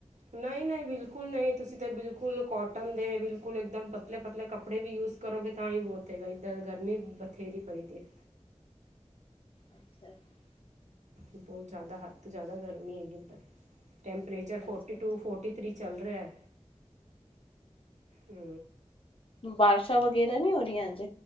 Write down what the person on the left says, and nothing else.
ਅੱਛਾ ਜੀ।
ਅੱਛਾ-ਅੱਛਾ
ਬਾਰਸ਼ਾਂ ਵਗੈਰਾ ਨਹੀਂ ਹੋ ਰਹੀਆਂ ਅੱਜ?